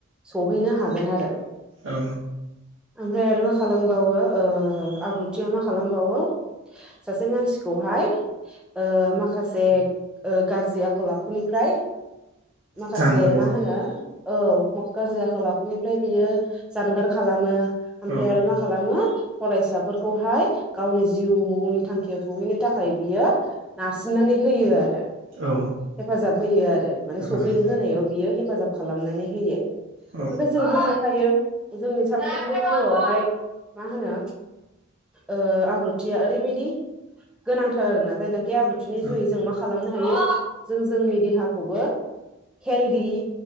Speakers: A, in the centre; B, on the right (about 75°).
A: सहैनो हागोन आरो।
B: औ
A: ओमफाय आरो मा खालामबावो ओ आब्रुथिया मा खालामबावो सासे मानसिखौहाय ओ माखासे गाज्रि आखल आखुनिफ्राय माखासे
B: जानगाराव
A: मा होनो औ गाज्रि आखल आखुनिफ्राय बियो जानगार खालामो ओमफ्राय
B: औ
A: आरो मा खालामो। फरायसाफोरखौहाय गावनि जिउनि थांखियाव सहैनो थाखाय बियो नारसिननाय। होयो आरो
B: औ
A: हेफाजाब होयो आरो माने
B: हेफाजाब
A: सहैनो होनायाव बियो हेफाजाब खालामनानै होयो।
B: औ
A: ओमफ्राय जों बुं नखायो जोंनि सामफ्रोमबोआवहाय मा होनो ओ आब्रुथिया ओरैबायदि गोनांथार आरोना जायनाखि आब्रुथिनि
B: औ
A: जुयै जों मा खालामनो हायो जों जोंनि देहाखौबो हेल्दि